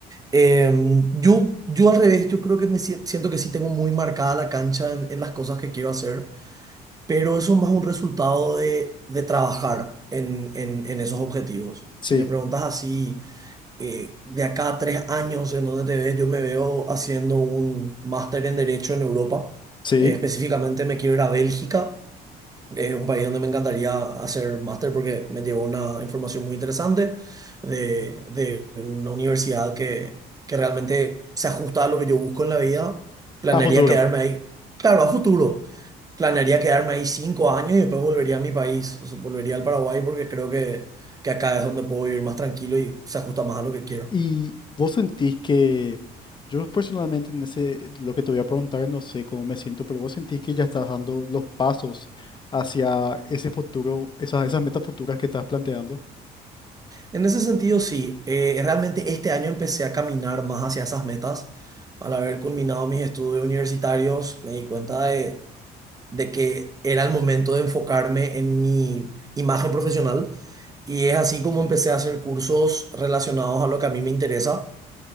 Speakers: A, on the right; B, on the left.
A: Eh, yo, yo al revés, yo creo que me si- siento que sí tengo muy marcada la cancha en, en las cosas que quiero hacer, pero eso es más un resultado de, de trabajar en, en, en esos objetivos.
B: Sí,
A: Si me preguntas así, eh, de acá a tres años, ¿en dónde te ves? Yo me veo haciendo un máster en Derecho en Europa.
B: sí,
A: Eh, específicamente me quiero ir a Bélgica es un país donde me encantaría hacer máster porque me llevó una información muy interesante de, de una universidad que, que realmente se ajusta a lo que yo busco en la vida. Planearía
B: a futuro.
A: quedarme ahí, claro, a futuro. Planearía quedarme ahí cinco años y después volvería a mi país, o sea, volvería al Paraguay porque creo que, que acá es donde puedo vivir más tranquilo y se ajusta más a lo que quiero.
B: Y vos sentís que, yo personalmente en ese, lo que te voy a preguntar, no sé cómo me siento, pero vos sentís que ya estás dando los pasos hacia ese futuro, esas, esas metas futuras que estás planteando.
A: En ese sentido, sí. Eh, realmente este año empecé a caminar más hacia esas metas. Al haber culminado mis estudios universitarios, me di cuenta de, de que era el momento de enfocarme en mi imagen profesional. Y es así como empecé a hacer cursos relacionados a lo que a mí me interesa.